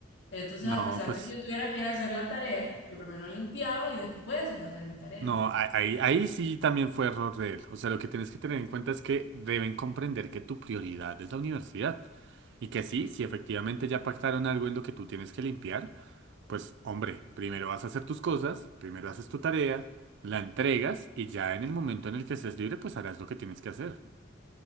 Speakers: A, on the left; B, on the right.
A: Entonces,
B: No,
A: a pesar
B: pues.
A: de que yo tuviera que ir a hacer la tarea, yo primero limpiaba y después iba a hacer mi tarea.
B: No, a- ahí, ahí sí también fue error de él. O sea, lo que tienes que tener en cuenta es que deben comprender que tu prioridad es la universidad. Y que sí, si efectivamente ya pactaron algo en lo que tú tienes que limpiar, pues hombre, primero vas a hacer tus cosas, primero haces tu tarea, la entregas y ya en el momento en el que estés libre, pues harás lo que tienes que hacer.